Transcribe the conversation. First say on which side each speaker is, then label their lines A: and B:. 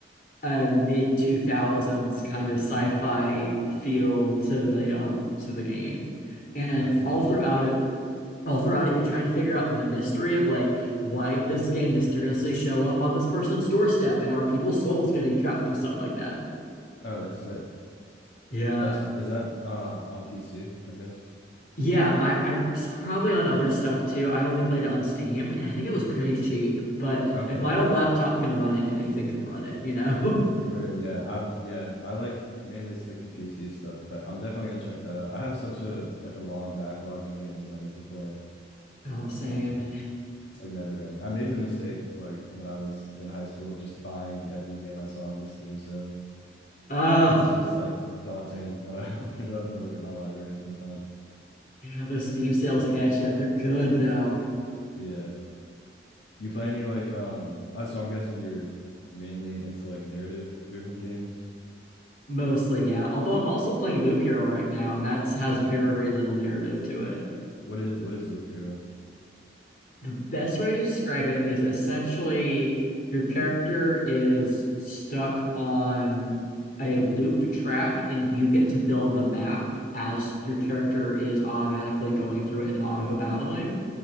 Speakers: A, on the left (about 50°); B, on the left (about 80°).
A: a mid 2000s kind of sci-fi feel to the um to the game. And
B: that's interesting.
A: all throughout it, all throughout it, you're trying to figure out the mystery of like why did this game mysteriously show up on this person's doorstep and are people's souls getting trapped and stuff like that.
B: Oh, that's sick.
A: Yeah.
B: That's is that uh on PC, I guess.
A: Yeah, I, I'm s- probably on other stuff too. I only played it on Steam, and I think it was pretty cheap. But
B: Okay,
A: if my
B: cool.
A: old laptop can run it, anything can run it, you know? <laughs>
B: Weird, yeah. I'm yeah, I like mainly stick to PC stuff, but I'm definitely gonna check that out. I have such a like a long backlog of games that I need to play.
A: Oh, same.
B: Um, it's like never end. I made the mistake like when I was in high school of just buying every game I saw on the Steam sales.
A: Oh,
B: So it's just like daunting when I <laughs> open it up and look at my library sometimes.
A: yeah, those Steam sales will get you. They're good though.
B: Yeah. You play any like um uh, so I'm guessing you're mainly into like narrative driven games.
A: Mostly, yeah. Although I'm also playing Loop Hero right now, and that has very little narrative to it.
B: What is what is Loop Hero?
A: the best way to describe it is essentially your character is stuck on a loop track and you get to build the map as your character is automatically going through it and auto battling.